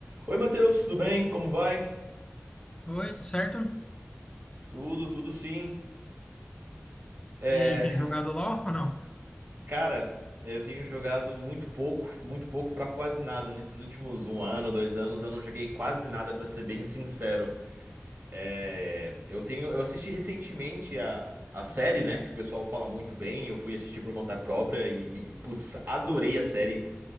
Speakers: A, on the right; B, on the left.
A: Oi, Matheus, tudo bem? Como vai?
B: Oi, tudo certo?
A: Tudo, tudo sim. É,
B: E aí, tem jogado LOL ou não?
A: cara, eu tenho jogado muito pouco, muito pouco pra quase nada. Nesses últimos um ano, dois anos, eu não joguei quase nada, pra ser bem sincero. É, eu tenho, eu assisti recentemente a, a série, né? Que o pessoal fala muito bem. Eu fui assistir por conta própria e, putz, adorei a série.